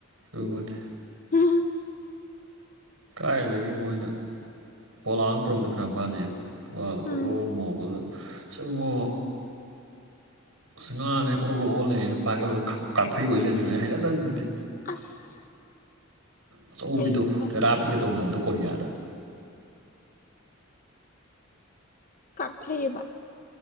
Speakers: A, on the right; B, on the left.
A: ꯇꯗ
B: ꯎꯝ
A: ꯈꯋꯥꯏꯗꯒꯤ ꯃꯣꯏꯅ ꯄꯣꯂꯥꯡꯅ ꯄꯨꯔꯕꯅꯤ ꯐꯅꯥꯌꯥꯝ ꯐꯥꯅꯩ ꯄꯣꯂꯥꯗ ꯀꯣꯠꯂꯣ
B: ꯎꯝ
A: ꯃꯣꯄꯗ ꯁꯉ ꯁꯤ ꯉꯥꯅꯦ ꯀ꯭ꯔꯣꯛ ꯀ꯭ꯔꯣꯛ ꯑꯣꯜꯂꯔꯦꯅꯦ ꯄꯥꯏꯒꯠꯂꯣꯏ ꯀꯥꯐꯩ ꯑꯣꯏ ꯂꯩꯔꯃꯤꯃꯦ ꯍꯩꯅꯗꯕꯗꯨꯗꯤ
B: ꯑꯁ
A: ꯑꯆꯧꯕꯤꯗꯣ
B: ꯑꯩ ꯇꯜꯂꯦ
A: ꯊꯦꯔꯥꯄꯤꯒ ꯇꯧꯅꯕꯗꯣ ꯀꯣꯔꯤꯌꯥꯗ
B: ꯀꯛꯐꯩꯌꯦꯕ